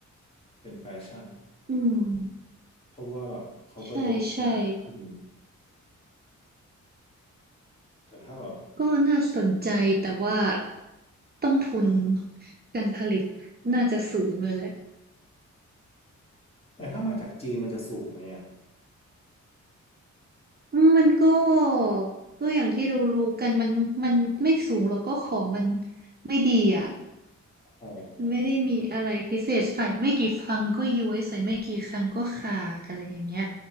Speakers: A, on the left; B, on the right.
A: เป็นแฟชั่น
B: อืม
A: เพราะว่าแบบเขาก็เดินได้นานขึ้น
B: ใช่ใช่
A: แต่ถ้าแบบ
B: ก็น่าสนใจแต่ว่าต้นทุนการผลิตน่าจะสูงเลยแหละ
A: แต่ถ้ามาจากจีนมันจะสูงไหมอ่ะ
B: อืมมันก็ก็อย่างที่เรารู้กันมันมันไม่สูงหรอกก็ของมันไม่ดีอ่ะ
A: อ๋อ
B: มันไม่ได้มีอะไรพิเศษใส่ไม่กี่ครั้งก็ย้วยใส่ไม่กี่ครั้งก็ขาดอะไรอย่างเงี้ย